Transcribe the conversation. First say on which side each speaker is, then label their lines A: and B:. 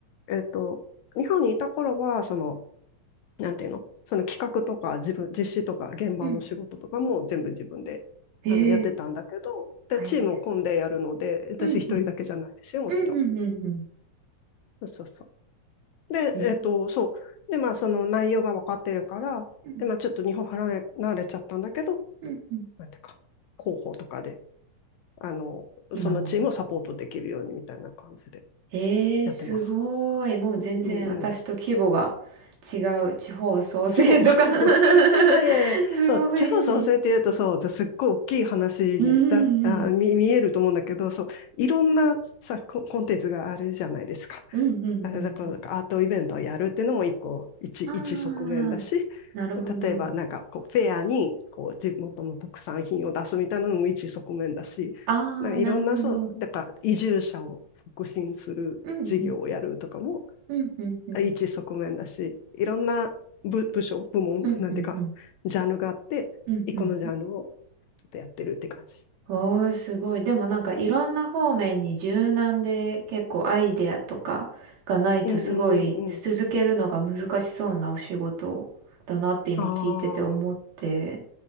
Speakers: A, on the left; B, on the right.
A: えっと、日本にいた頃は、その、なんていうの、その企画とか自分、実施とか現場の仕事とかも全部自分であのやってたんだけど、
B: うん。ええ
A: で、
B: 大変。
A: チームを組んでやるので、私一人だけじゃないですよ、
B: うんうん。
A: もちろん。
B: うんうんうんうん。
A: そうそうそう。で、
B: え、
A: えっと、そう。で、まあ、その内容が分かってるから、
B: うん
A: で、まあ、ちょっと日本離れ、慣れちゃったんだけど、
B: うんうん
A: なんていうか、広報とかで、あの、
B: 今も。
A: そのチームをサポートできるようにみたいな感じで
B: ええー、
A: やってます。
B: すごい。もう全然私と規模が
A: うんうんうん。
B: 違う地方創生とか
A: 規模 <laughs>
B: <laughs>
A: いやいやいや、
B: すごい。
A: そう、地方創生って言うと、そう、すっごい大きい話にだあ見、
B: うんうんうん。
A: 見えると思うんだけど、そう、いろんなさ、コ、コンテンツがあるじゃないですか。
B: うんうんうんうん。
A: あだから、なんかアートイベントをやるっていうのも一個、一、一側面だし、
B: ああ、なるほど。
A: 例えばなんかこう、フェアに、こう、地元の特産品を出すみたいなのも一側面だし、
B: ああ、
A: なんかいろんな、
B: なるほど。
A: そう、
B: うん
A: だから移住者を促進する事業をやるとかも
B: うん。うんうんうん。
A: 一側面だし、いろんな部部署、部門、
B: うんうんうん。
A: なんていうか、ジャンルがあって、
B: うんうんうん。
A: 一個のジャンルをちょっとやってるって感じ。
B: おー、すごい。でもなんかいろんな方面に柔軟で結構アイデアとかがないとすごい続けるのが難しそうなお仕事だなって今聞いてて思って。
A: うんうんうんうん。ああ、